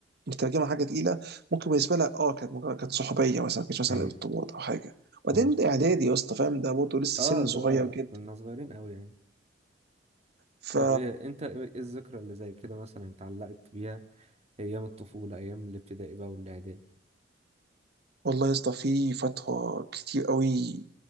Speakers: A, on the right (about 60°); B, on the right (about 35°).
A: مترجمه حاجه تقيله ممكن بالنسبه لها اه كانت مجرد كانت صحوبيه مثلا ما كانتش مثلا
B: ايوه
A: ارتباط او حاجه وبعدين
B: هو
A: ده اعدادي يا اسطى فاهم ده برضه لسه
B: اه
A: سن
B: اللي
A: صغير
B: هو
A: جدا
B: كنا صغيرين قوي يعني
A: ف
B: طب ايه انت ايه إيه الذكرى اللي زي كده مثلا اتعلقت بيها ايام الطفولة ايام الابتدائي بقى والاعدادي
A: والله يا اسطى في فتره كتير قوي